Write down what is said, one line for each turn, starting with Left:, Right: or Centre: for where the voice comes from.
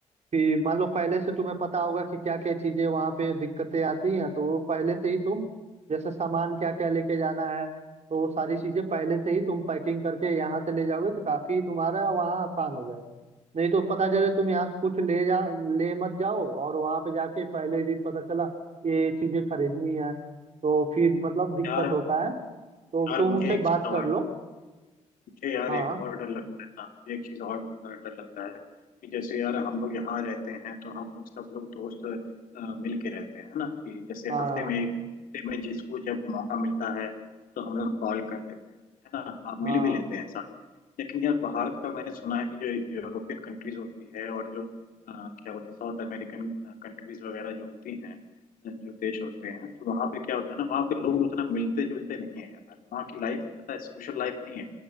Right: कि मान लो पहले से तुम्हें पता होगा कि क्या क्या चीजें वहां पे दिक्कतें आती हैं तो वो पहले से ही तुम जैसे सामान क्या क्या लेके जाना है तो वो सारी चीजें पहले से ही तुम पैकिंग करके यहाँ से ले जाओगे तो काफी तुम्हारा वहाँ आसान हो जाएगा नहीं तो पता चले तुम यहाँ से कुछ ले जा ले मत जाओ और वहां पे जाके पहले ही दिन पता चला ये चीजें खरीदनी है तो फिर मतलब दिक्कत
Left: यार
Right: होता है तो
Left: यार
Right: तुम
Left: मुझे
Right: उनसे
Left: एक चीज़
Right: बात कर
Left: और
Right: लो
Left: मुझे यार
Right: हाँ
Left: एक और डर लगता है हाँ मुझे एक चीज़ और अ, डर लगता है कि जैसे यार हम लोग यहाँ रहते हैं तो हम लोग सब लोग दोस्त अ, मिल के रहते हैं ना कि जैसे
Right: हाँ
Left: हफ्ते में हफ्ते में जिसको जब मौका मिलता है तो हम लोग कॉल कर लेते हैं है ना आप मिल
Right: हाँ
Left: भी लेते हैं साथ में लेकिन यार बाहर का मैंने सुना है कि जो यूरोपियन कंट्रीज होती है और जो अ, क्या बोलते हैं साउथ अमेरिकन कंट्रीज वगैरह जो होती हैं अ, जो देश होते हैं तो वहाँ पे क्या होता है ना वहाँ पे लोग उतना मिलते जुलते नहीं है यार वहाँ की लाइफ पता है सोशल लाइफ नहीं है